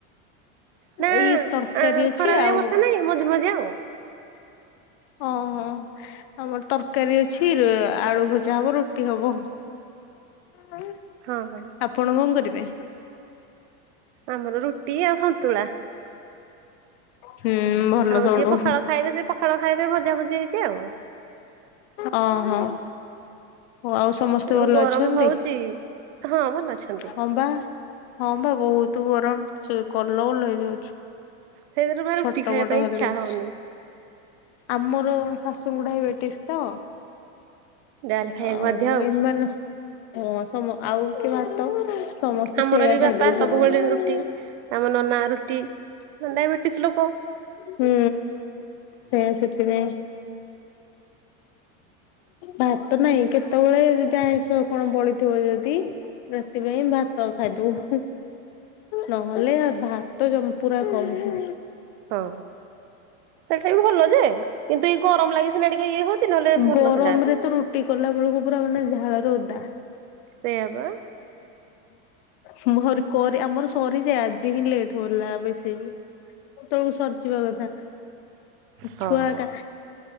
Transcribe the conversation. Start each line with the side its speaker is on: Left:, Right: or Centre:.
Right: ନା
Left: ଏଇ ତରକାରୀ ଅଛି
Right: ଖରା ନାହିଁ
Left: ଆଉ
Right: ବର୍ଷା ନାହିଁ ମଝି ମଝି ଆଉ।
Left: ହଁ ହଁ। ଆମର ତରକାରୀ ଅଛି ଆଳୁ ଭଜା ହବ ରୁଟି ହବ ହଁ
Right: ହଁ ହଁ
Left: ଆପଣ କଣ କରିବେ?
Right: ଆମର ରୁଟି ଆଉ ସନ୍ତୁଳା।
Left: ହୁଁ ଭଲ
Right: ଆଉ
Left: ସବୁଠୁ।
Right: ଯିଏ ପଖାଳ ଖାଇବେ ସେ ପଖାଳ ଖାଇବେ ଭଜା ଭୁଜି ହେଇଛି ଆଉ।
Left: ଓ ହୋ ଆଉ ସମସ୍ତେ
Right: ଏ ଯୋଉ
Left: ଭଲ
Right: ଗରମ
Left: ଅଛନ୍ତି?
Right: ହଉଛି ହଁ ଭଲ ଅଛନ୍ତି
Left: ହଁ ବା ହଁ ବା ବହୁତ ଗରମ ସେ କଲବଲ ହେଇ ଯାଉଛୁ
Right: ସେଇଥିରୁ ବା ରୁଟି
Left: ଛୋଟ
Right: ଖାଇବା
Left: ବଡ
Right: ପାଇଁ
Left: <unintelligible>
Right: ଇଚ୍ଛା ହଉନି।
Left: ଆମର ଶାଶୁଙ୍କୁ ଡାଇବେଟିସ ତ
Right: ଯାହାହେଲେ ଖାଇବାକୁ
Left: ଆଉ
Right: ବାଧ୍ୟ
Left: <unintelligible> ସମ ଆଉ କି ଭାତ ସମସ୍ତେ
Right: ଆମର
Left: ସେଇଆ
Right: ବି
Left: ଖାଇଦଉଛନ୍ତି।
Right: ବାପା ସବୁବେଳେ ରୁଟି ଆମ ନନା ରୁଟି ଡାଇବେଟିସ ଲୋକ।
Left: ହୁଁ ସେୟା ସେଥିପାଇଁ। ଭାତ ନହିଁ କେତେବେଳେ ଯଦି ଆଇଁଷ କଣ ବଳିଥିବ ଯଦି ସେଥିପାଇଁ ଭାତ ଖାଇଦବୁ। ନହେଲେ ଭାତ ପୁରା କମ
Right: ହଁ ସେଟା ବି ଭଲ ଯେ କିନ୍ତୁ ଏଇ ଗରମ ଲାଗି ସିନା ଟିକେ ଇଏ ହଉଛି। ନହେଲେ ଭଲ
Left: ଗରମ
Right: ସେଟା
Left: ରେ ତ ରୁଟି କଲା ବେଳକୁ ପୁରା ମାନେ ଝାଳରେ ଓଦା
Right: ସେୟା ପା
Left: ହୁଁ ଁରି କରି ଆମର ସରିଯାଏ ଆଜି ହିଁ ଲେଟ୍ ହଲା ବେଶୀ। ତଳକୁ ସରିଜିବା କଥା।
Right: ହଁ।
Left: ଛୁଆ ଏକା